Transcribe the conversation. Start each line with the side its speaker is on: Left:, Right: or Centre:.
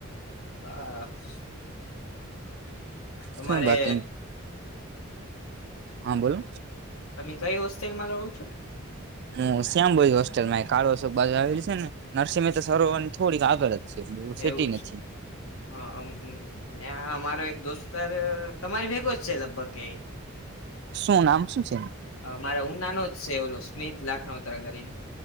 Left: આ સ અમારે
Right: શું બાકી હા બોલો
Left: તમે કંઈ હોસ્ટેલમાં રવ છો?
Right: હું શ્યામબોઈ હોસ્ટેલમાંય કાળોશોક બાજાર આવેલું સે ને નરસિંહમેહતા સરોવરન થોડીક આગળ જ ઓહ સિટી
Left: એવું
Right: નથી.
Left: છે હા, અમ ન્યા અમારો એક દોસ્તાર અ તમારી ભેગો જ છે લગભગ. કેઈ
Right: શું નામ શું છે?
Left: હ મારા ઉનાનો જ છે ઓલો સ્મિત લાખનોત્રા કરીને.